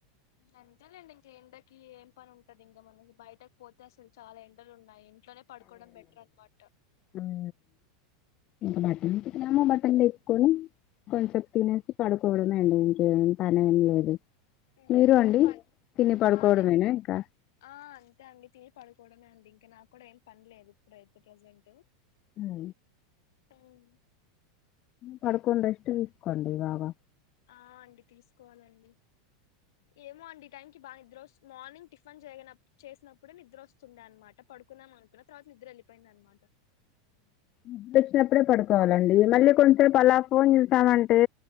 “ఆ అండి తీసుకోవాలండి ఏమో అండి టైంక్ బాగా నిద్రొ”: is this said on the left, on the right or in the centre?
Left